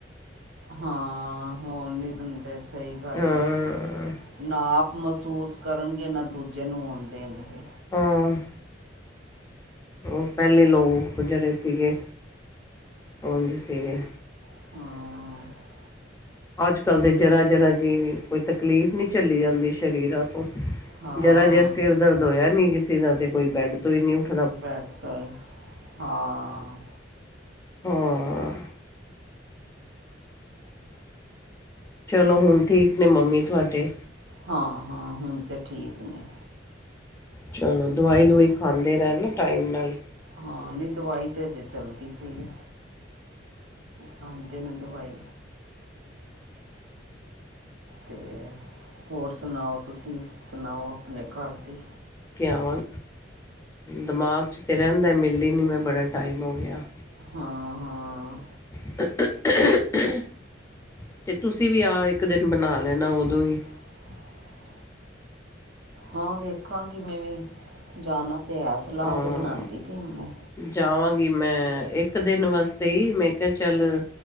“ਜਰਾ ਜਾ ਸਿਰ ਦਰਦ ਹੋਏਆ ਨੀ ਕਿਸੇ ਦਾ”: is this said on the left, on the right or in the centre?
Left